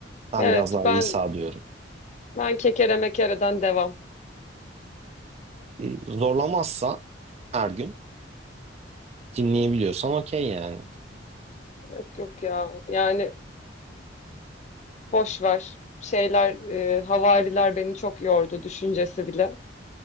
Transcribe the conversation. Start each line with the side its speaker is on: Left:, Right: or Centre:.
Right: Ben
Left: Evet
Right: biraz daha
Left: ben
Right: İsa diyorum.
Left: ben kekere mekereden devam.
Right: E, zorlamazsa her gün dinleyebiliyorsan okey yani.
Left: Yok yok ya. Yani boş ver. Şeyler e, havariler beni çok yordu düşüncesi bile.